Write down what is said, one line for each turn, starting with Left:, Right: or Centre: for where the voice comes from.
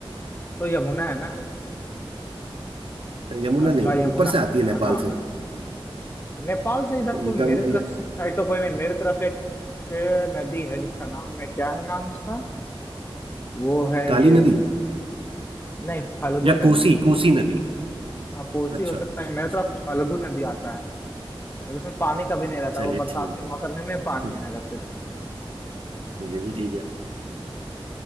Left: तो यमुना है ना
Right: यमुना
Left: गंगा
Right: नहीं
Left: यमुना
Right: ऊपर से आती है
Left: क्या
Right: नेपाल
Left: नाम
Right: से
Left: है नेपाल से इधर कोई
Right: ये गंग
Left: मेरे तरफ
Right: या,
Left: से <laughs> है तो कोई नहीं मेरे तरफ एक एक नदी है जिसका नाम है क्या है नाम उसका वो है
Right: काली
Left: ये
Right: नदी
Left: नहीं फल्गु
Right: या
Left: नदी
Right: कोसी कोसी नदी
Left: हाँ कोसी
Right: अच्छा
Left: हो सकता
Right: अच्छा
Left: है मेरे
Right: अच्छा
Left: तरफ फल्गु नदी आता है लेकिन उसमें पानी कभी नहीं रहता
Right: चलिए
Left: वो बरसात
Right: ठीक
Left: के मौसम में पानी
Right: है
Left: आएगा सिर्फ
Right: <laughs> ये भी ठीक है